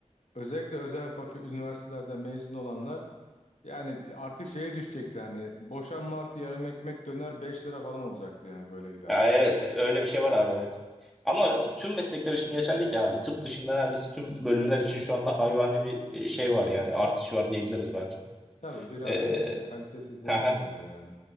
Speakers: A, on the left; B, in the centre.
A: özellikle özel fakülte üniversitelerden mezun olanlar yani artık şeye düşecekti hani boşanma artı yarım ekmek döner 5 lira falan olacaktı yani böyle giderse.
B: Ya, e, öyle bir şey var abi evet. Ama tüm meslekler için geçerli ki abi. Tıp dışında neredeyse tüm bölümler için şu anda hayvani bir e, şey var yani artış var diyebiliriz bence.
A: Tabii biraz
B: Ee,
A: kalitesizleşti
B: haha.
A: olay yani.